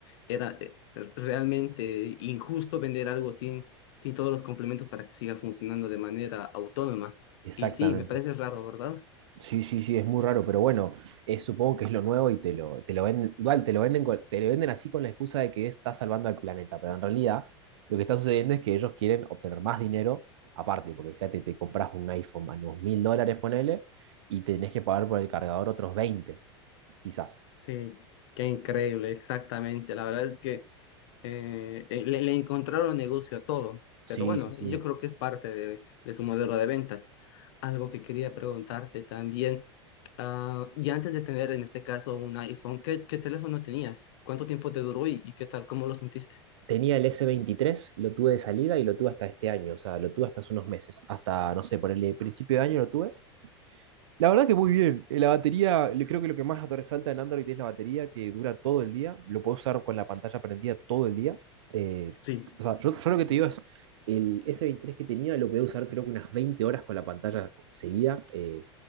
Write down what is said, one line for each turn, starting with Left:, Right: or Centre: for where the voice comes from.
Left: era eh, realmente injusto vender algo sin, sin todos los complementos para que siga funcionando de manera autónoma.
Right: Exactamente.
Left: Y sí, me parece raro, ¿verdad?
Right: Sí, sí, sí, es muy raro, pero bueno, eh, supongo que es lo nuevo y te lo, te lo venden, igual te lo venden, con- te lo venden así con la excusa de que está salvando al planeta, pero en realidad lo que está sucediendo es que ellos quieren obtener más dinero aparte, porque fíjate, te compras un iPhone a unos mil dólares, ponele, y tenés que pagar por el cargador otros 20, quizás.
Left: Sí, qué increíble, exactamente. La verdad es que... eh, eh, le, le encontraron negocio a todo,
Right: Sí,
Left: pero bueno,
Right: sí, sí.
Left: yo creo que es parte de, de su modelo de ventas. Algo que quería preguntarte también, ah, y antes de tener en este caso un iPhone, ¿qué, qué teléfono tenías? ¿Cuánto tiempo te duró y, y qué tal? ¿Cómo lo sentiste?
Right: Tenía el s veintitrés, lo tuve de salida y lo tuve hasta este año, o sea, lo tuve hasta hace unos meses, hasta, no sé, por el principio de año lo tuve La verdad que muy bien. Eh, La batería, le- creo que lo que más resalta en Android es la batería que dura todo el día. Lo puedo usar con la pantalla prendida todo el día. Eh,
Left: Sí.
Right: o sea, yo, yo lo que te digo es, el S23 que tenía lo podía usar creo que unas 20 horas con la pantalla seguida. Eh,